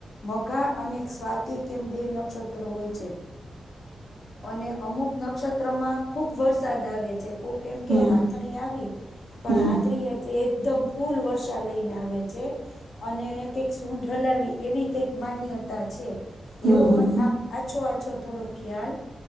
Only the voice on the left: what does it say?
મોઘા અને, સ્વાથી કેમ બે નક્ષત્ર હોય છે, અને અમુક નક્ષત્ર ખુબ વરસાદ આવે છે, કો કેમ
કે હાથણી આવી પણ
હાથરી એટલે એકદમ ફૂલ વર્ષા લઈને આવે છે અને એણે કંઈક સૂઢ હલાવી એવી કંઈક માન્ય છે,
એવો
મ આમ આછો આછો થોડો ખ્યાલ